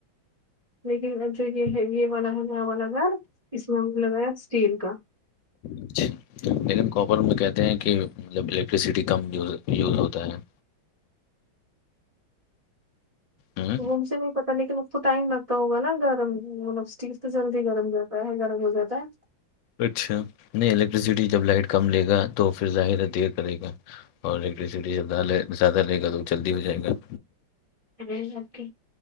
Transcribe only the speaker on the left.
اچھا لیکن کاپر میں کہتے ہیں کہ مطلب الیکٹریسٹی کمیز یوز ہوتا ہے- ہوں
اچھا نہیں الیکٹریسٹی جب لائٹ کم لے گا تو پھر ظاہر ہے دیر کرے گا- اور الیکٹریسٹی جب نہ زیادہ لے گا تو وہ جلدی ہو جائے گا-